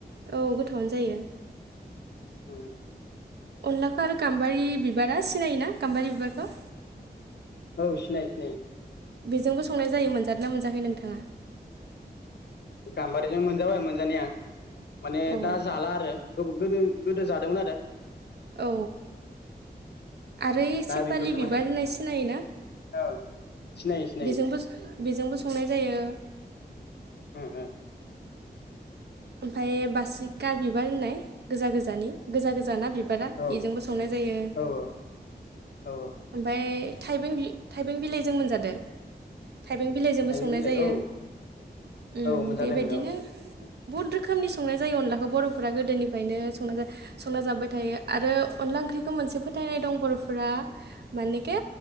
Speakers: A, on the right; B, on the left.
A: औ गोथावानो जायो।
B: उम।
A: अनलाखौ आरो गाम्बारि बिबारा सिनायोना गाम्बारि बिबारखौ?
B: औ सिनायो सिनायो।
A: बेजोंबो संनाय जायो मोनजादों ना मोनजाखै नोंथाङा?
B: गाम्बारिजों मोनजाबाय मोनजानाया माने
A: औ
B: दा जाला आरो गोद गोदो जादोंमोन आरो।
A: औ आरो ओइ सेपालि
B: दा बेफोरजों
A: बिबार
B: माने
A: होननाय सिनायो ना
B: औ सिनायो सिनायो
A: बेजोंबो बेजोंबो संनाय जायो।
B: उम उम।
A: ओमफ्राय बासिका बिबार होननाय गोजा गोजानि गोजा गोजा ना बिबारा
B: औ
A: इजोंबो संनाय जायो।
B: औ औ औ
A: ओमफाय थाइबें थाइबें बिलाइजों मोनजादो? थाइबें बिलाइजोंबो
B: थाइबें
A: संनाय
B: बिलाइ
A: जायो
B: औ
A: उम
B: औ मोनजादों
A: बेबायदिनो
B: औ
A: बहुत रोखोमनि संनाय जायो अनलाखौ बर'फोरा गोदोनिफ्रायनो संना संना जाब्बाय थायो आरो अनला ओंख्रिखौ मोनसे फोथायनाय दं बर'फोरा मानेके